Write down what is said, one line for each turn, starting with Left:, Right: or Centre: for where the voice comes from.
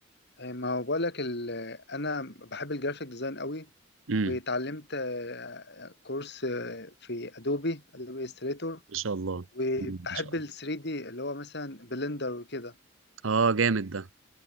Left: آه، ما هو بقول لك ال... انا بحب الجرافيك ديزاين قوي
Right: امم
Left: واتعلمت آه، كورس آه، في ادوبي ادوبي استريتور
Right: ما شاء الله
Left: وبحب
Right: مم، ما شاء الله
Left: ال 3 دي اللي هو مثلا بلندر وكده
Right: اه جامد ده